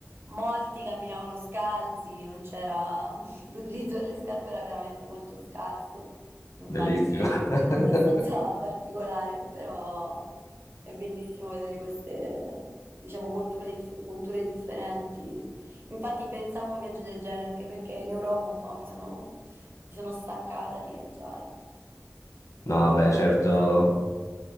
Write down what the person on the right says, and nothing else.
Molti camminavano scalzi, non c'era <laughs> l'utilizzo delle scarpe era veramente molto scarso, infatti
è
stato abbastanza <laughs> particolare, però è bellissimo vedere queste, diciamo, culture, dif- culture differenti. Infatti pensavo a un viaggio del genere anche perché in Europa un po' mi sono, mi sono stancata di viaggiare.
Volevo
vedere cose